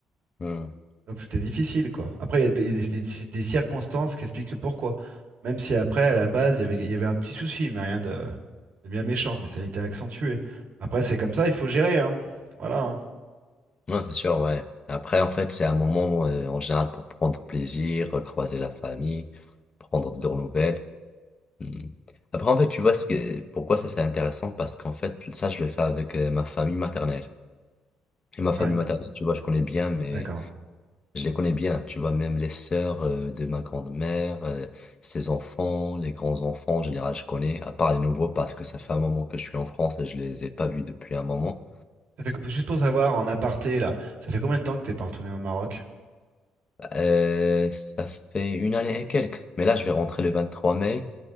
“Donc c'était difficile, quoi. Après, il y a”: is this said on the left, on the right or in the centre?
Right